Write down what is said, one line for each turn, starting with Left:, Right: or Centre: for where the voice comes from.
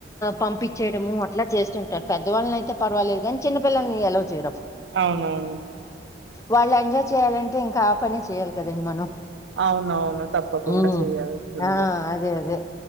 Left: పంపించేయడము అట్లా చేస్తుంటారు పెద్దవాళ్ళని అయితే పర్వ లేదు కాని చిన్నపిల్లల్ని అలో చేయరు
Right: అవునవును.
Left: వాళ్ళు ఎంజాయ్ చేయ్యాలంటే ఇంకా ఆ పనే చెయాలి కదండి మనం
Right: అవునవును తప్పకుండా
Left: ఉమ్
Right: చేయల్సిందే
Left: ఆ అదే అదే